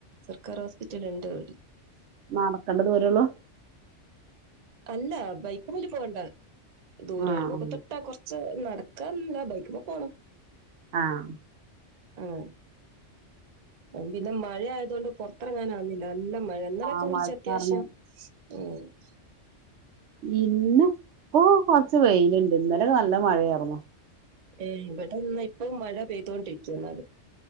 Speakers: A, on the right; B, on the right.
A: സർക്കാർ ഹോസ്പിറ്റല്ണ്ട് വടെ
B: നാടക്കള്ള ദൂരള്ളൂ
A: അല്ല ബൈക്മ്മല് പോണ്ട ദൂരേള്ളൂ
B: ആഹ്
A: ഒക്കെ തൊട്ടാ കുറച്ച് നട കൻല്ല ബൈക്ക്മ്മേ പോണം
B: ആഹ്
A: ആഹ് അഹ് പിന്നെ മഴ ആയതൊണ്ട് പൊർത്തിറങ്ങാനാവുന്നില്ല നല്ല മഴ ഇന്നലൊക്കെ
B: ആഹ്
A: കുറച്ച്
B: മഴച്ചാറിന്
A: അത്യാവശ്യം <unintelligible>
B: ഇന്ന് ഇപ്പൊ കൊർച്ച് വെയിലുണ്ട് ഇന്നലെ നല്ല മഴയായിരുന്നു
A: ഏഹ് ഇവിടെന്ന് ഇപ്പം മഴ പെയ്തോണ്ടിരിക്ക ന്നാല്